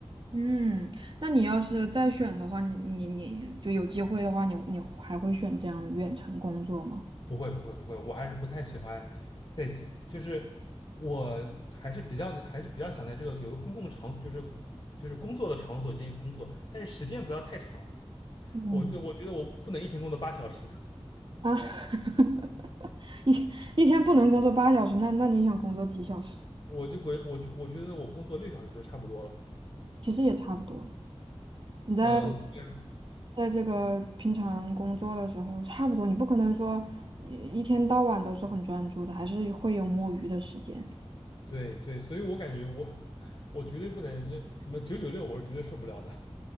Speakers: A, on the right (about 50°); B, on the left (about 50°).
A: 嗯，那你要是再选的话，你你就有机会的话，你你还会选这样远程工作吗？
B: 不会不会不会，我还是不太喜欢在家，就是我还是比较还是比较想在这个有一个公共场所，就是就是工作的场所进行工作，但是时间不要太长，
A: 嗯。
B: 我就我觉得我不不能一天工作八小时，
A: 啊，<laughs> 一一天不能工作八小时，那那你想工作几小时？
B: 我就觉我就我觉得我工作六小时就差不多了，
A: 其实也差不多。你在
B: 嗯，对啊
A: 在这个平常工作的时候，差不多，你不可能说一一天到晚都是很专注的，还是会有摸鱼的时间，
B: 对对，所以我感觉我我绝对不能就什么九九六，我是绝对受不了的。